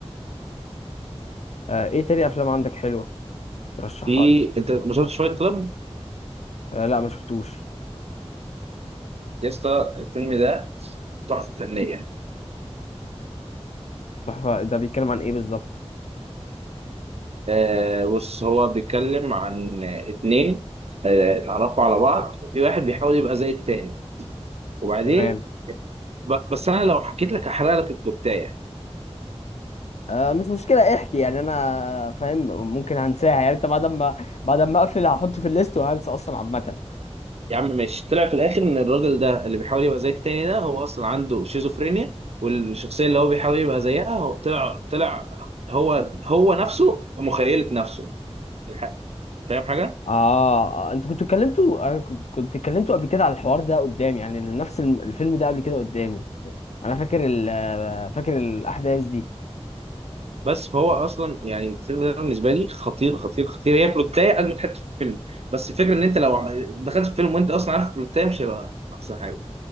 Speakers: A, on the left (about 75°); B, on the right (about 65°).
A: آه ايه تاني افلام عندك حلوة ترشحها
B: في
A: لي
B: انت ما شفتش فايت كلاب
A: آه لا ما شفتوش
B: يا اسطى الفيلم ده تحفه فنيه
A: تحفة ده بيتكلم عن ايه بالظبط
B: آه بص هو بيتكلم عن آه، اتنين آه، اتعرفوا على بعض وفي واحد بيحاول يبقى زي التاني وبعدين
A: تمام
B: ب- بس انا لو حكيت لك هحرق لك الكلوبتايه
A: آه مش مشكلة احكي يعني انا فاهم ممكن هنساها يعني انت بعد ما بعد ما اقفل هحطه في الليست وهنسى اصلا عامة
B: يا عم ماشي طلع في الاخر ان الراجل ده اللي بيحاول يبقى زي التاني ده هو اصلا عنده شيزوفرينيا والشخصيه اللي هو بيحاول يبقى زيها هو طلع طلع هو هو نفسه في مخيله نفسه الحق. فاهم حاجه
A: اه آه، انتوا كنتوا اتكلمتوا انا كن- كنت اتكلمتوا قبل كده على الحوار ده قدامي يعني نفس الم- الفيلم ده قبل كده قدامي انا فاكر ال آه، فاكر الاحداث دي
B: بس فهو اصلا يعني الفيلم ده بالنسبه لي خطير خطير خطير هي بلوتايه اجمد حته في الفيلم بس الفكره ان انت لو دخلت في فيلم وانت اصلا عارف البلوتايه مش هيبقى احسن حاجه